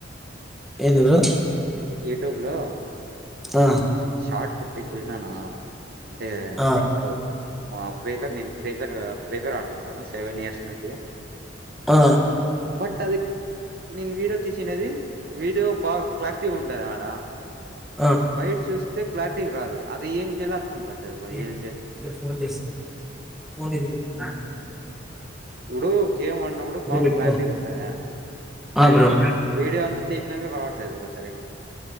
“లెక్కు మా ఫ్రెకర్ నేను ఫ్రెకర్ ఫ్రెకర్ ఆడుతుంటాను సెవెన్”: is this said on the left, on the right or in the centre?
Right